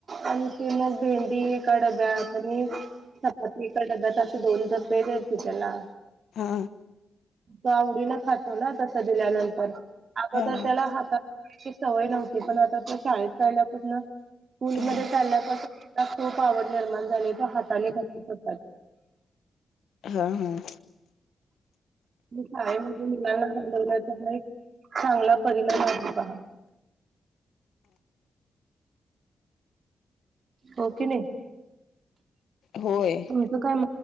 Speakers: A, on the right; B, on the left.
A: आणि ते मग भेंडी एका डब्या आणि चपाती चा डब्यात असे दोन र पे द त त्याला.
B: हा
A: तो आवडीनं खातो ना तस दिल्यानंतर आता
B: हा
A: जर त्याला हाता. ते सवय नव्हती पण आता तो शाळेत राल्यापासून. स्कूलमध्ये
B: हा
A: चालल्यापासून खूप आवड निर्माण झाली ग तो हाताने खातोय चपाती
B: हा हां.
A: मी शाळेमध्ये मुलांना घलवण्याचा हा एक चांगला परिणाम आहे पहा. हो की नाही.
B: होय.
A: त काय